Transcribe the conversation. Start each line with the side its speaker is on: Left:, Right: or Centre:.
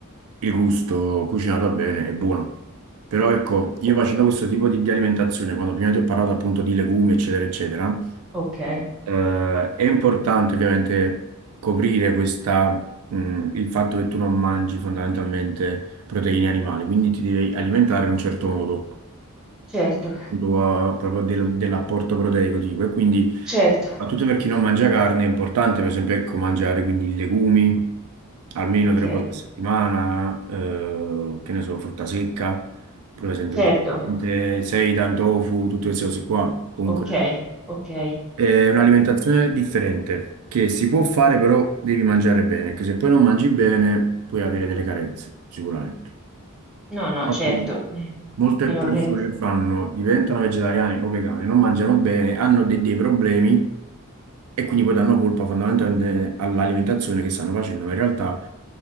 Right: il gusto cucinato bene è buono. Però ecco, io
Centre: o-
Right: facendo questo tipo di, di alimentazione, quando prima ti ho parlato appunto di legumi, eccetera, eccetera,
Centre: ok,
Right: Eh, è importante ovviamente coprire questa, mh, il fatto che tu non mangi fondamentalmente proteine animali, quindi ti devi alimentare in un certo modo,
Centre: certo,
Right: tu, eh, proprio del- dell'apporto proteico tipo. E quindi,
Centre: certo,
Right: soprattutto per chi non mangia carne, è importante per esempio ecco, mangiare quindi legumi almeno
Centre: ok,
Right: tre volte a settimana, eh, che ne so, frutta secca, per esempio
Centre: certo,
Right: è importante, seitan, tofu, tutte queste cose qua, comunque
Centre: ok, ok. E...
Right: è un'alimentazione differente che si può fare, però devi mangiare bene, che se poi non mangi bene puoi avere delle carenze, sicuramente.
Centre: No, no,
Right: Infatti,
Centre: certo, eh,
Right: molte
Centre: me
Right: persone
Centre: lo- me-
Right: che fanno, diventano vegetariani o vegani, non mangiano bene, hanno de- dei problemi e quindi poi danno colpa fondamentalmente all'alimentazione che stanno facendo, ma in realtà